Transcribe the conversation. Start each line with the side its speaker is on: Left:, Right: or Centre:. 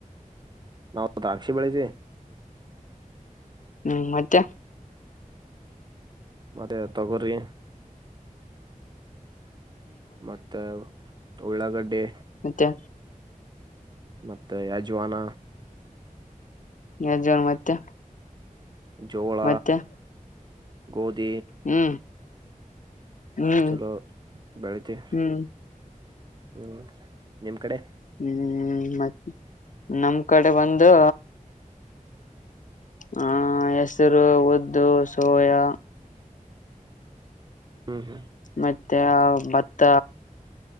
Right: ನಾವು ದ್ರಾಕ್ಷಿ ಬೆಳಸ
Left: ಹ್ಮ್ ಮತ್ತೆ
Right: ಮತ್ತೆ ತಗರಿ ಮತ್ತೆ ಉಳ್ಳಾಗಡ್ಡೆ
Left: ಮತ್ತೆ
Right: ಮತ್ತೆ ಯಜವಾನ
Left: ಎ ಜನ್ ಮತ್ತೆ
Right: ಜೋಳ
Left: ಮತ್ತೆ
Right: ಗೋಧಿ
Left: ಹ್ಮ್ ಹ್ಮ್
Right: ಚಲೋ ಬೆಳತಿ
Left: ಹ್ಮ್
Right: ಹ್ಮ್ ನಿಮ್ ಕಡೆ
Left: ಹ್ಮ್ ಮತ್ತ ನಮ್ ಕಡೆ ಒಂದು ಹ್ಮ ಹೆಸರು ಉದ್ದು ಸೋಯಾ
Right: ಹ್ಮ್ ಹ್ಮ್
Left: ಮ ಭತ್ತ